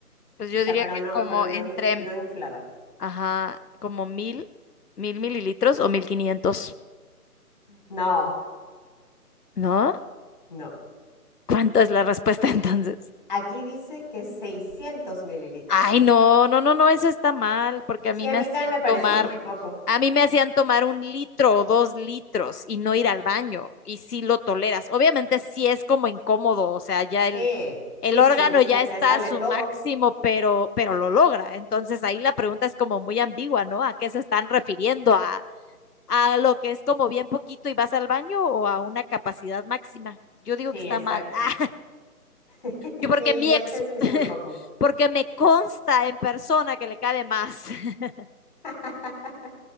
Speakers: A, on the left (about 75°); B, on the left (about 30°).
A: Pues yo
B: O sea,
A: diría
B: pero
A: que
B: no,
A: como
B: pero no,
A: entre,
B: no inflada.
A: ajá, como mil, mil mililitros o mil quinientos,
B: No,
A: ¿no?
B: no.
A: ¿Cuánto es la respuesta <laughs> entonces?
B: Aquí dice que seiscientos mililitros.
A: Ay, no, no, no, no, eso está mal, porque
B: Sí,
A: a mí me
B: a mí
A: hacían
B: también me pareció
A: tomar,
B: muy poco.
A: a mí me hacían tomar un litro o dos litros y no ir al baño, y sí lo toleras. Obviamente sí es como incómodo, o sea, ya el,
B: Sí,
A: el
B: sí,
A: órgano
B: pues, si se
A: ya está
B: te sale
A: a su
B: todo.
A: máximo, pero, pero lo logra. Entonces ahí la pregunta es como muy ambigua, ¿no? ¿A qué se están refiriendo? ¿A, a lo que es como bien poquito y vas al baño o a una capacidad máxima? Yo digo
B: Sí,
A: que está
B: exacto.
A: mal. <laughs>
B: <laughs>
A: Yo porque
B: Sí,
A: mi
B: y a
A: ex,
B: mí también se me hizo
A: <laughs>
B: muy poco.
A: porque me consta en persona que le cabe más. <laughs>
B: <laughs>